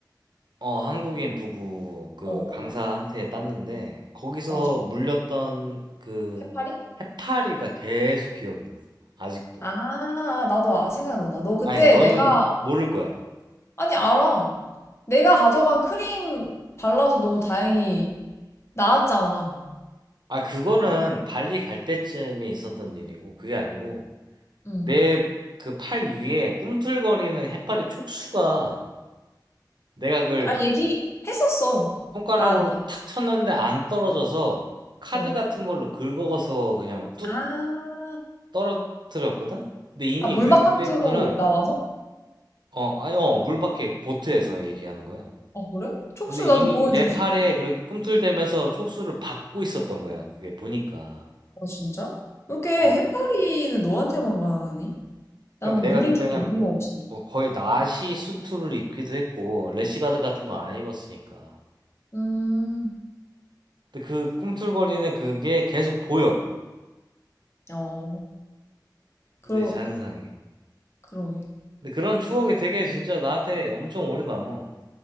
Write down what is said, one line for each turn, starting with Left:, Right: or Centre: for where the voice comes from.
Right: 어, 한국인 부부 그
Left: 어,
Right: 강사한테
Left: 어,
Right: 땄는데, 거기서
Left: 맞아.
Right: 물렸던 그
Left: 해파리?
Right: 해파리가 계속 기억이 나. 아직도.
Left: 아, 나도 아, 생각난다. 너 그때
Right: 아니, 너는
Left: 내가,
Right: 모를 거야.
Left: 아니, 알아. 내가 가져간 크림 발라서 너 다행히 나았잖아.
Right: 아, 그거는 발리 갈 때쯤에 있었던 일이고, 그게 아니고,
Left: 응.
Right: 내 그 팔 위에 꿈틀거리는 해파리 촉수가 내가 그걸
Left: 아, 얘기했었어.
Right: 손가락으로
Left: 나한테.
Right: 탁 쳤는데 안 떨어져서 카드
Left: 어.
Right: 같은 걸로 긁어서 그냥 뚝
Left: 아,
Right: 떨어뜨렸거든? 근데 이미
Left: 아, 물바깥으로
Right: 그때부터는
Left: 나와서?
Right: 어, 아니 어, 물밖에 보트에서 얘기하는 거야.
Left: 아, 그래? 촉수
Right: 근데 이미
Left: 나도 보여줄
Right: 내
Left: 수
Right: 팔에
Left: 있어.
Right: 그렇게 꿈틀대면서 촉수를 받고 있었던 거야. 그게 보니까.
Left: 아, 진짜? 왜 이렇게
Right: 어.
Left: 해파리는 너한테만 가니? 나는
Right: 그러니까 내가
Left: 물린
Right: 그때는
Left: 적도 없는 거 같은데.
Right: 뭐 거의 나시 수트를 입기도 했고 래시가드 같은 거 안 입었으니까.
Left: 음,
Right: 근데 그 꿈틀거리는 그게 계속 보여.
Left: 어, 그러,
Right: 내 잔상에.
Left: 그러게.
Right: 근데 그런 추억이 되게 진짜 나한테 엄청 오래 남어.